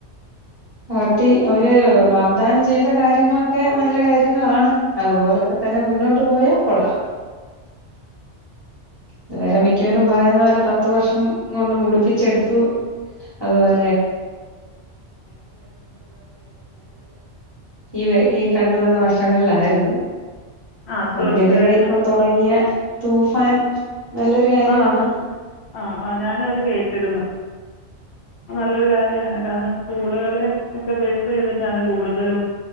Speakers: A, on the right; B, on the left.
A: പാർട്ടി അവര് വാഗ്ദാനം ചെയ്ത കാര്യങ്ങളൊക്കെ നല്ല കാര്യങ്ങളാണ് അതുപോലൊക്കെ തന്നെ മുന്നോട്ട് പോയാൽ കൊള്ളാം
B: <inaudible>
A: ഇതുവരെ മിക്കവരും പറയുന്ന പോലെ പത്ത് വർഷം കൊണ്ട് മുടിപ്പിച്ചെടുത്തു അത് പോ ഈ ഈ കണ്ടുവന്ന വർഷങ്ങളിലായിരുന്നു
B: ആ തീർച്ചയായിട്ടും
A: അതിനെതിരെ ഇപ്പം തുടങ്ങിയ തൂഫാൻ നല്ലൊരു കാര്യമാണ്
B: ആ ആഹ് ആ ഞാന അത് കേട്ടിരിന്ന് നല്ലൊരു കാര്യാണ് കാരണം സ്കൂളുകളെ ഒക്കെ ബേസ് ചെയ്തിട്ടാണ് കൂടുതലും